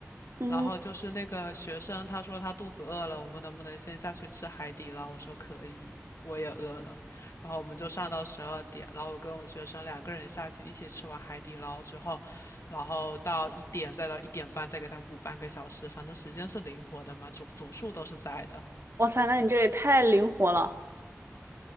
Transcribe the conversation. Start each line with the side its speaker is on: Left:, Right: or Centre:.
Right: 嗯，
Left: 然后就是那个学生，他说他肚子饿了，我们能不能先下去吃海底捞？我说可以，我也饿了。然后我们就上到十二点，然后我跟我学生两个人下去一起吃完海底捞之后，然后到一点再到一点半再给他补半个小时，反正时间是灵活的嘛，总总数都是在的。
Right: 哇塞，那你这也太灵活了。